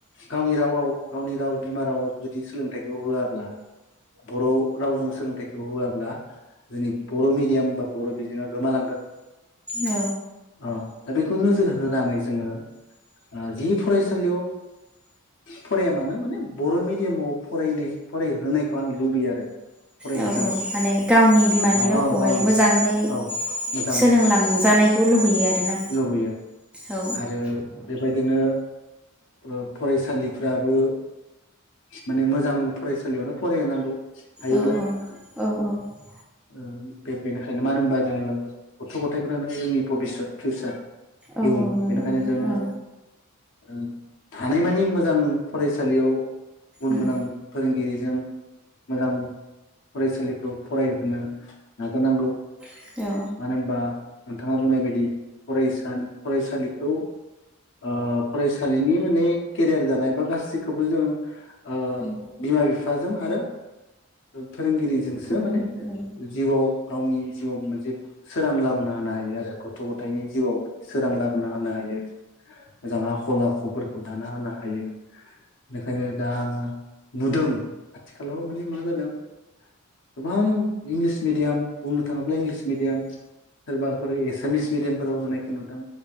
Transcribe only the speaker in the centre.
औ
माने गावनि बिमानि
रावखौहाय
मोजाङै
सोलोंलांजानायखौ लुबैयो आरोना?
औ
औ औ औ
औ
नंगौ
नोंथां
औ
उम
औ
उम
फोरोंगिरि
औ